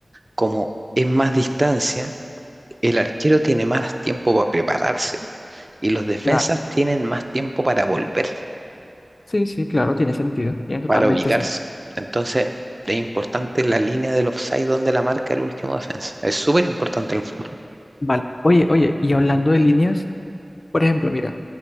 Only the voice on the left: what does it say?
Claro.
Sí, sí, claro, tiene sentido, tiene totalmente
sentido.
Vale. Oye, oye, y hablando de líneas. Por ejemplo, mira,